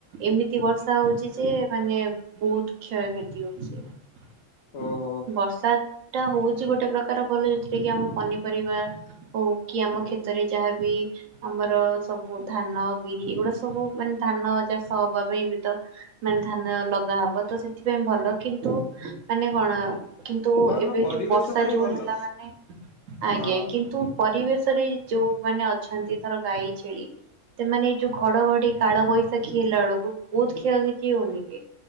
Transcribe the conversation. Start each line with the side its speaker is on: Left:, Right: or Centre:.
Right: ଏମିତି ବର୍ଷା ହୋଉଚି ଯେ ମାନେ ବହୁତ କ୍ଷୟକ୍ଷତି ହୋଉଛି।
Left: ଓହୋ
Right: ବର୍ଷା ଟା ହୋଉଚି ଗୋଟେ ପ୍ରକାର ଭଲ ଯୋଉଥିରେ କି ଆମ ପନିପରିବା ହୋଉ କି ଆମ କ୍ଷେତରେ ଯାହାବି ଆମର ସବୁ ଧାନ ବିରି ଏଇଗୁଡା ସବୁ ମାନେ ଧାନ ଚାଷ ହବା ପାଇଁ ବି ତ ମାନେ ଧାନ ଲଗା ହବ ତ ସେଥିପାଇଁ ଭଲ କିନ୍ତୁ ମାନେ କଣ କିନ୍ତୁ
Left: ହଁ ଆମ
Right: ଏବେ
Left: ପରିବେଶ
Right: ଯୋଉ ବର୍ଷା
Left: ପାଇଁ
Right: ଯୋର
Left: ଭଲ
Right: ହେଲା ମାନେ ଆଜ୍ଞା
Left: ହଁ
Right: କିନ୍ତୁ ପରିବେଶରେ ଯୋଉମାନେ ଅଛନ୍ତି ଧର ଗାଈ ଛେଳି ସେମାନେ ଏଇ ଯୋଉ ଘଡଘଡି କାଳ ବୈଶାଖୀ ହେଲା ବେଳକୁ ବହୁତ କ୍ଷୟକ୍ଷତି ହଉନି କି।